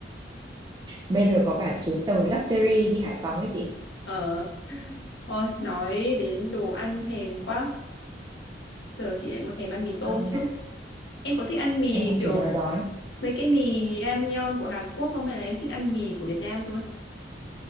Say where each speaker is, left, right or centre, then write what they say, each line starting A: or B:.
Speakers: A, on the right; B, on the left.
A: bây giờ có cả chuyến tàu luxury đi Hải Phòng ấy chị
B: ờ thôi nói đến đồ ăn thèm quá giờ chị lại muốn thèm ăn mì tôm
A: công
B: chứ
A: nhận
B: Em có thích ăn mì
A: em cũng
B: kiểu
A: thấy đói đói
B: mấy cái mì ramyeon của Hàn Quốc không hay là em thích ăn mì của Việt Nam thôi